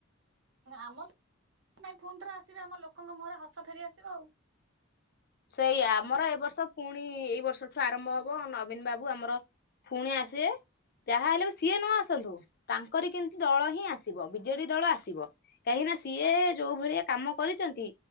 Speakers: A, on the right; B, on the left.
A: ଆମର ପୁଣି ଥରେ ଆସିବେ ଆମ ଲୋକଙ୍କ ମୁହଁରେ ହସ ଫେରି ଆସିବ ଆଉ।
B: ସେଇଆ ଆମର ଏ ବର୍ଷ ପୁଣି ଏଇ ବର୍ଷଠୁ ଆରମ୍ଭ ହବ ନବୀନ ବାବୁ ଆମର ଫୁଣି ଆସିବେ। ଯାହା ହେଲେ ବି ସିଏ ନ ଆସନ୍ତୁ ତାଙ୍କରି କିନ୍ତୁ ଦଳ ହିଁ ଆସିବ ବିଜେଡି ଦଳ ଆସିବ। କାହିଁକି ନା ସିଏ ଯୋଉ ଭଳିଆ କାମ କରିଚନ୍ତି